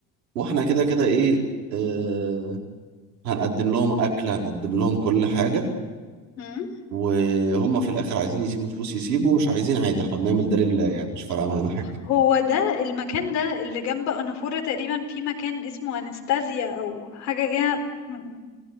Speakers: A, on the right; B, on the left.
A: واحنا كده كده ايه آه هنقدم لهم اكل هنقدم لهم كل حاجه
B: امم
A: وهم في الاخر عايزين يسيبوا فلوس يسيبوا مش عايزين عادي احنا بنعمل ده لله يعني مش فارقه معانا حاجه
B: هو ده المكان ده اللي جنب أنافورة تقريبا في مكان اسمه أنستازيا أو حاجة كده م-